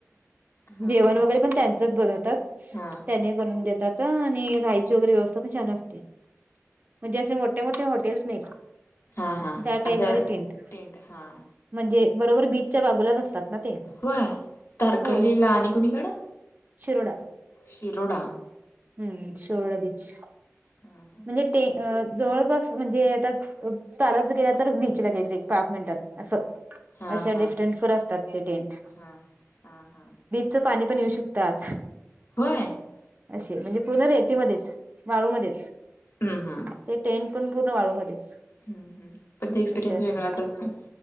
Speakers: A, on the left; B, on the right.
A: हा
B: जेवण
A: हा
B: वगैरे पण त्यांचच बनवतात?
A: हा
B: त्यानीच बनवून देतात. त आणि राहायची वगैरे व्यवस्था पण छान असते, म्हणजे असे मोठे-मोठे हॉटेल्स नाही का?
A: हा हा
B: त्या टाइम
A: असं
B: मध्ये, तीन्ट
A: टेंट हा.
B: म्हणजे, बरोबर बीजच्या बाजूलाच असतात. ना ते
A: होय? तारकर्लीला
B: हो
A: आणि कुणीकडं?
B: शिरोडा,
A: शिरोडा
B: हम्म, शिरोडा बीच.
A: ह्म.
B: म्हणजेे ते जवळपास, म्हणजे आता चालतच गेला तर बीच लागेच एक पाच मिनिटात. अस,
A: हा
B: अशा
A: हा
B: डिस्टन्स वर असतात ते टेंट.
A: हा हा हा
B: च पाणी पण येऊ शकत आत.
A: होय हा
B: अशे म्हणजे, पूर्ण रेतीमध्येच, वाळूमध्येच.
A: हम् हम.
B: ते टेंट पण पूर्ण वाळूमध्येच.
A: हम्म हम, पण ते एक्सपिरियन्स
B: असे असते
A: वेगळाच असतो.